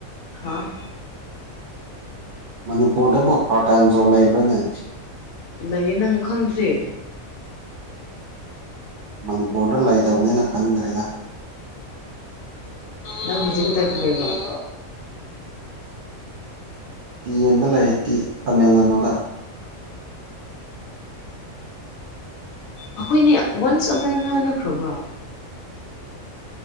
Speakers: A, on the left; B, on the right.
A: ꯍꯥꯥ
B: ꯃꯅꯤꯄꯨꯔꯗꯕꯨ ꯄꯥꯔꯠ ꯇꯥꯏꯝ ꯖꯣꯕ ꯂꯩꯕ꯭ꯔꯅꯦ
A: ꯂꯩꯌꯦ ꯅꯪ ꯈꯪꯗ꯭ꯔꯤ
B: ꯃꯅꯤꯄꯨꯔꯗ ꯂꯩꯇꯕꯅꯤꯅ ꯈꯪꯗ꯭ꯔꯦꯗ
A: ꯅꯪ ꯍꯧꯖꯤꯛ ꯀꯗꯥꯏꯗ ꯂꯩꯕꯔꯣ
B: ꯇꯤ ꯑꯦꯟꯗ ꯇꯤ ꯇꯃꯤꯜꯅꯗꯨꯗ
A: ꯑꯩꯈꯣꯏꯅꯦ ꯋꯥꯟꯁ ꯑꯃꯨꯔꯛ ꯉꯥꯡꯅꯈ꯭ꯔꯕ